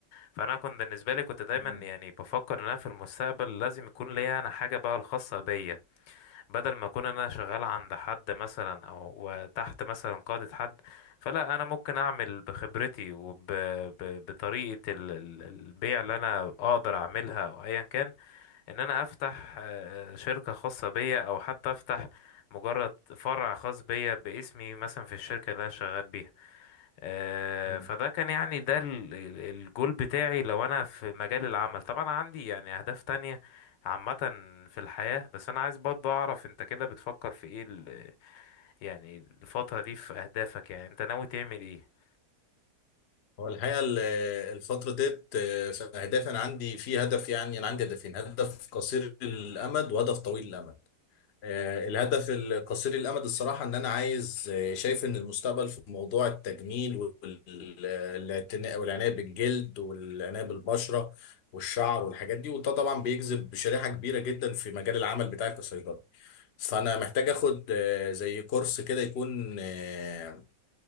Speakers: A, on the left; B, on the left.
A: فانا كنت بالنسبه لي كنت دايما
B: مم.
A: يعني بفكر ان انا في المستقبل لازم يكون ليا انا حاجه بقى الخاصه بيا بدل ما اكون انا شغال عند حد مثلا او تحت مثلا قاده حد فلا انا ممكن اعمل بخبرتي وبطريقه البيع اللي انا اقدر اعملها او ايا كان ان انا افتح آه، شركة خاصة بيا او حتى افتح مجرد فرع خاص بيا باسمي مثلا في الشركة اللي انا شغال بيها آه،
B: مم.
A: فده كان يعني ده ال- ال- الجول بتاعي لو انا في مجال العمل طبعا عندي يعني اهداف تانية عامة في الحياة بس انا عايز برضه اعرف انت كده بتفكر في ايه ال- يعني الفترة دي في اهدافك يعني انت ناوي تعمل ايه
B: هو الحقيقة ال- الفترة ديت آه، في اهدافي انا عندي في هدف يعني انا عندي هدفين هدف قصير الامد وهدف طويل الامد آه، الهدف القصير الأمد الصراحة إن أنا عايز آه، شايف إن المستقبل في موضوع التجميل والاعتناء والعناية بالجلد والعناية بالبشرة والشعر والحاجات دي وده طبعا بيجذب شريحة كبيرة جدا في مجال العمل بتاعي كصيدلي فأنا محتاج آخد آه، زي كورس كده يكون آه،